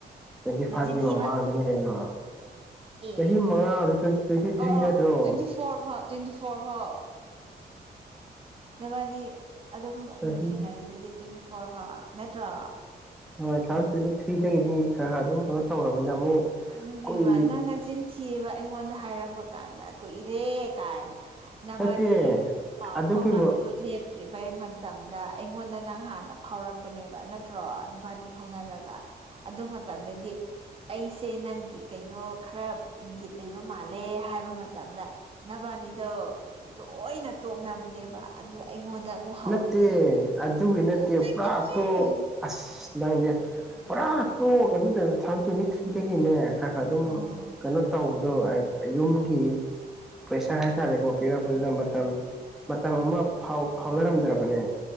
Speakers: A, in the centre; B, on the right.
A: ꯇ꯭ꯋꯦꯟꯇꯤ
B: ꯅꯆꯤꯟ
A: ꯐꯥꯏꯚꯀꯤ
B: ꯊꯤꯕ
A: ꯃꯃꯥꯡꯗꯅꯤ ꯀꯩꯅꯣ
B: ꯑꯦ
A: ꯆꯍꯤ ꯃꯉꯥ ꯇ꯭ꯋꯦꯟꯇꯤ ꯊ꯭ꯔꯤ
B: ꯑꯣ
A: ꯅꯠꯇ꯭ꯔꯣ
B: ꯑꯣ ꯇ꯭ꯋꯦꯟꯇꯤ ꯐꯣꯔ ꯐꯥꯎ ꯇ꯭ꯋꯦꯟꯇꯤ ꯐꯣꯔ ꯐꯥꯎ ꯅꯕꯥꯅꯤ ꯑꯗꯨꯝ
A: ꯆꯍꯤ
B: ꯅꯨꯡꯁꯤꯅꯔꯤꯗꯨꯗꯤ
A: ꯍꯣꯏ
B: ꯇ꯭ꯋꯦꯟꯇꯤ ꯐꯣꯔ ꯐꯥꯎ ꯅꯠꯇ꯭ꯔꯣ
A: ꯍꯣꯏ ꯇꯨ ꯊꯥꯎꯖꯟ ꯇ꯭ꯋꯦꯟꯇꯤ ꯊ꯭ꯔꯤꯗꯒꯤꯗꯤ ꯈꯔ ꯈꯔ ꯑꯗꯨꯝ ꯀꯩꯅꯣ ꯇꯧꯔꯕꯅꯤ ꯑꯃꯨꯛ
B: ꯑꯗꯨꯅꯦꯕ
A: ꯀꯨꯏ
B: ꯅꯪꯅ ꯆꯤꯟꯊꯤꯑꯕ ꯑꯩꯉꯣꯟꯗ ꯍꯥꯏꯔꯛꯄ ꯀꯥꯟꯗ ꯀꯨꯏꯔꯦ ꯀꯥꯏꯅ ꯅꯕꯥꯅꯤ
A: ꯅꯠꯇꯦ
B: ꯄꯥꯎ
A: ꯑꯗꯨꯒꯤ
B: ꯐꯥꯎꯅꯕꯗꯣ ꯂꯦꯞ ꯇ꯭ꯔꯤꯚꯩ ꯃꯇꯝꯗ ꯑꯩꯉꯣꯟꯗ ꯅꯪ ꯍꯥꯟꯅ ꯐꯥꯎꯔꯛꯄꯅꯦꯕ ꯅꯠꯇ꯭ꯔꯣ ꯅꯨꯄꯥꯅꯤ ꯐꯥꯎꯅꯔꯒ ꯑꯗꯨ ꯃꯇꯝꯗꯗꯤ ꯁꯦ ꯅꯪꯒꯤ ꯀꯩꯅꯣ ꯈꯔ ꯏꯪꯒꯤꯠ ꯂꯩꯕ ꯃꯥꯜꯂꯦ ꯍꯥꯏꯕ ꯃꯇꯝꯗ ꯅꯕꯥꯅꯤꯗꯣ ꯂꯣꯏꯅ ꯇꯣꯛꯅꯕꯅꯦꯕ ꯑꯗꯨꯒ ꯑꯩꯉꯣꯟꯗ ꯑꯃꯨꯛ ꯍꯧꯕꯅꯦ
A: ꯅꯠꯇꯦ
B: ꯅꯪꯅ
A: ꯑꯗꯨꯒꯤ ꯅꯠꯇꯦ
B: ꯈꯪꯉꯦ
A: ꯄꯨꯔꯥ ꯇꯣ ꯑꯁ ꯅꯪꯗꯤ ꯄꯨꯔꯥ ꯇꯣ ꯀꯩꯅꯣ ꯇꯨ ꯊꯥꯎꯖꯟ ꯇ꯭ꯋꯦꯟꯇꯤ ꯊ꯭ꯔꯤꯗꯒꯤꯅꯦ ꯈꯔ ꯈꯔ ꯑꯗꯨꯝ
B: ꯎꯝ
A: ꯀꯩꯅꯣ ꯇꯧꯕꯗꯣ ꯌꯨꯝꯒꯤ ꯄ꯭ꯔꯦꯁꯔ ꯍꯥꯏꯇꯥꯔꯦꯀꯣ ꯄꯤꯔꯛꯄꯗꯨꯗ ꯃꯇꯝ ꯃꯇꯝ ꯑꯃ ꯐꯥꯎ ꯐꯥꯎꯅꯔꯝꯗ꯭ꯔꯕꯅꯦ